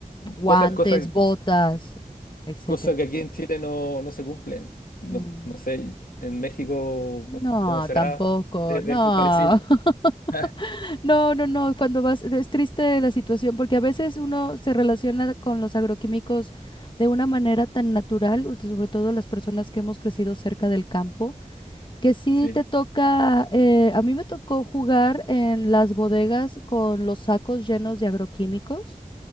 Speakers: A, on the left (about 35°); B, on the left (about 85°).
A: guantes,
B: cosa, cosa
A: botas, etcétera.
B: Cosas que aquí en Chile no, no se cumplen. No,
A: Mm,
B: no sé, en México,
A: No,
B: ¿cómo será?
A: tampoco,
B: De-
A: no,
B: Debe ser parecido.
A: <laughs>
B: <laughs>
A: no, no, no, cuando vas, es triste la situación porque a veces uno se relaciona con los agroquímicos de una manera tan natural, u- sobre todo las personas que hemos crecido cerca del campo, que sí
B: Sí.
A: te toca, eh, a mí me tocó jugar en las bodegas con los sacos llenos de agroquímicos.